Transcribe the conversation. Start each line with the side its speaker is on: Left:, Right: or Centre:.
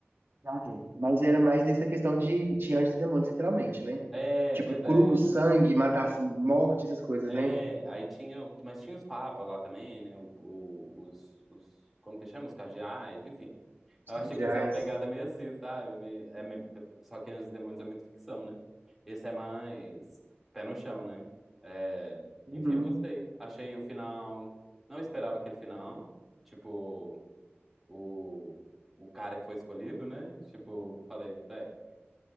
Right: Já vi. Mas era mais essa questão de, de anjos e demônios, literalmente, né?
Centre: É,
Right: Tipo,
Centre: pois
Right: cruz,
Centre: é.
Right: sangue, matar, morte, essas coisas,
Centre: É,
Right: né?
Centre: aí tinha, mas tinha os papas lá também, né? O, o- os, os, como que chama? Os cardeais, enfim. Eu
Right: Sandiais.
Centre: achei que isso é uma pegada meio assim, sabe? Meio- é me- só que Anjos e Demônios é muito ficção, né? Esse é mais pé no chão, né? É,
Right: Uhum.
Centre: enfim, eu gostei. Achei o final. Não esperava aquele final. Tipo, o, o cara que foi escolhido, né? Tipo, falei, véi.